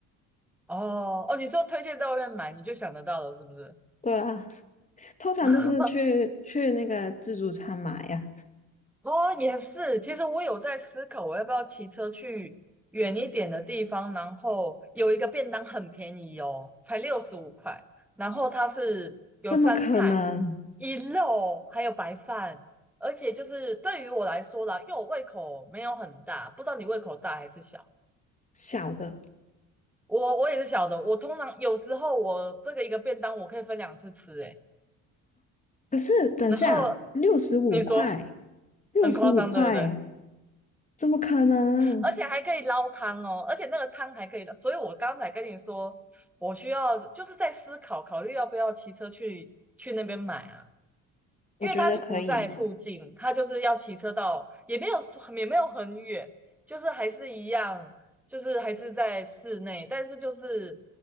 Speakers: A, in the centre; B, on the left.
A: 哦哦，你说推荐在外面买，你就想得到了，是不是？
B: 对啊。通常都是去去那个自助餐买呀，
A: <laughs> 哦，也是。其实我有在思考，我要不要骑车去远一点的地方，然后有一个便当很便宜哦，才六十五块。然后它是有三菜、
B: 怎么可能
A: 一肉，还有白饭，而且就是对于我来说啦，因为我胃口没有很大，不知道你胃口大还是小。
B: 小的？
A: 我我也是小的，我通常有时候我这个一个便当我可以分两次吃，欸诶。
B: 可是等下六十五块，
A: 然后你说
B: 六十五块，
A: 很夸张，对不对？
B: 怎么可能？
A: 而且还可以捞汤哦，而且那个汤还可以捞。所以我刚才跟你说，我需要就是在思考考虑要不要骑车去去那边买啊，
B: 我觉得可以，
A: 因为他就不在附近，他就是要骑车到，也没有也没有很远，就是还是一样，就是还是在室内，但是就是